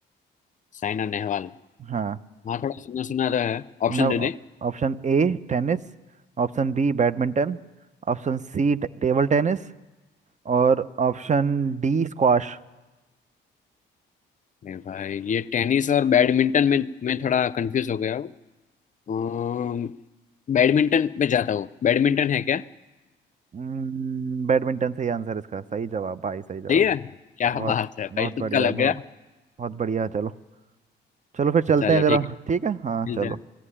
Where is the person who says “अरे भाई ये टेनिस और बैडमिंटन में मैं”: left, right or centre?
Left